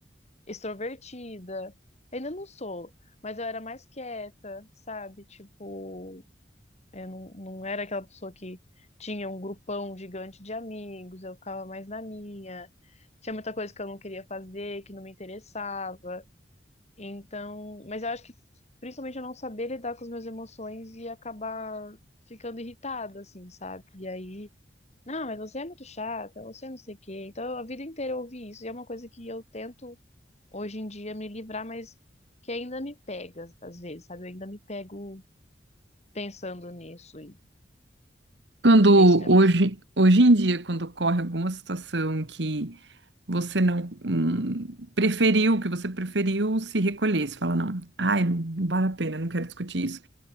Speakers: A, on the left; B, on the right.
A: extrovertida. Ainda não sou, mas eu era mais quieta, sabe? Tipo, eu não, não era aquela pessoa que tinha um grupão gigante de amigos, eu ficava mais na minha. Tinha muita coisa que eu não queria fazer, que não me interessava. Então, mas eu acho que principalmente eu não saber lidar com as minhas emoções e acabar ficando irritada, assim, sabe? E aí, não, mas você é muito chata, você é não sei o quê. Então, a vida inteira eu ouvi isso, e é uma coisa que eu tento hoje em dia me livrar, mas que ainda me pega às às vezes, sabe? Eu ainda me pego pensando nisso e,
B: Quando
A: e é isso me atrapalha.
B: hoje, hoje em dia, quando ocorre alguma situação que você não hum, preferiu, que você preferiu se recolher, você fala, não, ai, não vale a pena, não quero discutir isso.